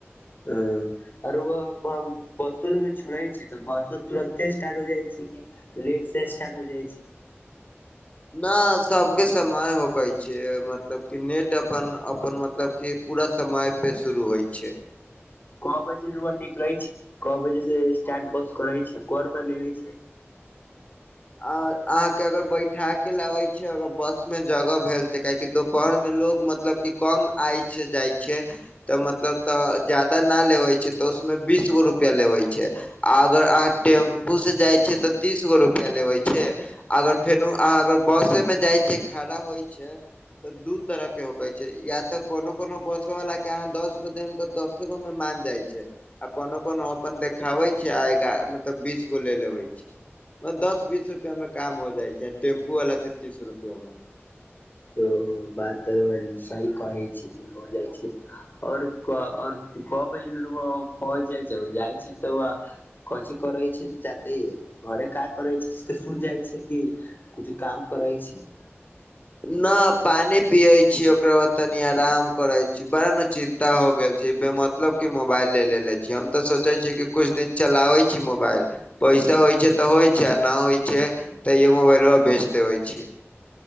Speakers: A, on the left; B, on the left.
A: हं। आ ओरो ओ बसो लग छुअइ छै त बसो तुरते स्टार्ट हो जाइ छै की लेट से स्टार्ट हो जाइ छै।
B: न सबके समान होबै छै मतलब कि नेट अपन अपन मतलब कि पूरा समय पे शुरू होइ छै।
A: क बजे रौआ निकलै छै क बजे से स्टार्ट बस करै छै क रुपया लेबै छै।
B: आ अहाँ के अगर बैठा के लबै छी अगर बस में जगह भेल छै काहे कि दोपहर मे लोग मत मतलब कि कम आइ छै जाइ छै त मतलब त जादा ना लेबै छै त उसमे बीस गो रुपआ लेबै छै। आ अगर अहाँ टेम्पू से जाइ छियै त तीस गो रु पया लेवे छै अगर फेनू अहाँ अगर बसे में जाइ छिअइ खड़ा होइ छै त दू तरह के होके छै या ऽ कोनो कोनो बसो वला के अहाँ दस गो देब त दस इहोमे मान जाइ छै। आ कोनो कोनो अपन देखाबे छै आएगा मतलब बीस गो ले लेबै छै। दस बीस रुपआ में काम हो जाइ छै टैम्पू वला से तीस रुपआ में।
A: तो बात त सही करै छी कि हो जाइ छै। ू और क और क बजे रौआ पहुंच जाइ छै, कथि करै छै जाके इ घरे का करै छै सीधे सुत जाइ छै की कुछ काम करै छै।
B: न पानि पियै छी ओकरा बाद तनी आराम करै छी। बड़ा ने चिन्ता हो गेल छै, बेमतलब कै मोबाइल ले लेने छियै, हम त सोचै छी कि कुछु दिन चलाबै छी मोबाइल पैसा होइ छै त होइ छै आ नहि होइ छै त इ मोबाइलबा बेच देबै छी।